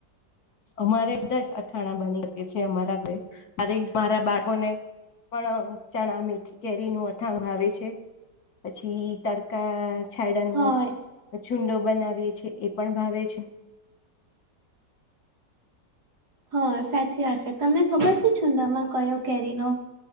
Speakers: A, on the left; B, on the right.
A: અમારે બધા જ અથાણા બની ગ છે અમારા ઘ અરે મારા બાકોને પણ ચણા મેથી કેરી નું અથાણું આવે છે પછી તડકા છાડાનું
B: હા
A: છુંડો બનાવીએ છે એ પણ ભાવે છે.
B: હા, સાચી વાત છે. તમને ખબર છે છુંડામાં કયો કેરીનો